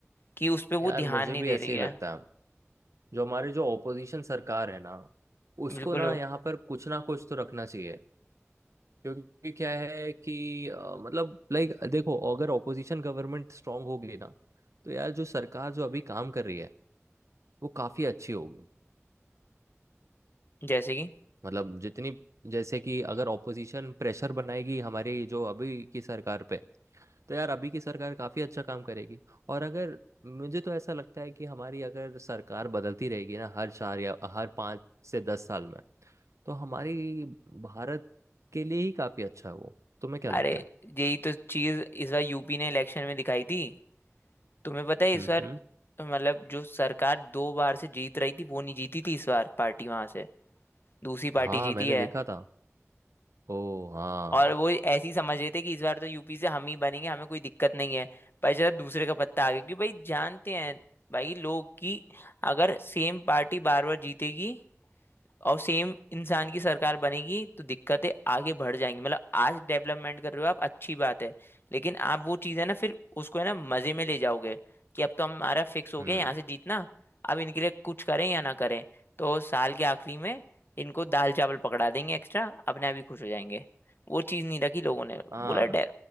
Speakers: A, on the left; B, on the right.
A: कि उस पे
B: यार
A: वो ध्यान
B: मुझे
A: नहीं
B: भी
A: दे
B: ऐसे
A: रही
B: ही
A: है
B: लगता है जो हमारे जो ओपोजिशन सरकार है ना उसको
A: बिल्कुल
B: ना यहाँ पर कुछ ना कुछ तो रखना चाहिए क्योंकि क्या है कि अ, मतलब लाइक देखो अगर ओपोजिशन गवर्नमेंट स्ट्रांग होगी ना तो यार जो सरकार जो अभी काम कर रही है वो काफी अच्छी होगी
A: जैसे कि
B: मतलब जितनी जैसे कि अगर ओपोजिशन प्रेशर बनाएगी हमारी जो अभी की सरकार पे तो यार अभी की सरकार काफी अच्छा काम करेगी और अगर मुझे तो ऐसा लगता है कि हमारी अगर सरकार बदलती रहेगी ना हर चार या हर पाँच से दस साल में तो हमारी भारत के लिए ही काफी अच्छा है वो तुम्हें क्या लगता
A: अरे
B: है
A: यही तो चीज इस बार यूपी ने इलेक्शन में दिखाई थी तुम्हें पता है इस
B: हम्म
A: बार
B: हम्म
A: मतलब जो सरकार दो बार से जीत रही थी वो नहीं जीती थी इस बार पार्टी वहां से दूसरी
B: हाँ
A: पार्टी जीती
B: मैंने
A: है
B: देखा था ओ हाँ
A: और वो ऐसी समझ रहे थे कि इस बार तो यूपी से हम ही बनेंगे हमें कोई दिक्कत नहीं है पर जरा दूसरे का पत्ता आ गया क्योंकि भाई जानते हैं भाई लोग कि अगर सेम पार्टी बार बार जीतेगी और सेम इंसान की सरकार बनेगी तो दिक्कतें आगे बढ़ जाएंगी मतलब आज डेवलपमेंट कर रहे हो आप अच्छी बात है लेकिन आप वो चीज़ है ना फिर उसको है ना मजे में ले जाओगे कि अब तो हमारा फिक्स हो
B: हम्म
A: गया यहाँ से जीतना अब इनके लिए कुछ करें या ना करें तो साल के आखिरी में इनको दाल चावल पकड़ा देंगे एक्स्ट्रा अपने आप ही खुश हो जाएंगे वो चीज़ नहीं रखी लोगों ने
B: हाँ
A: बोला डे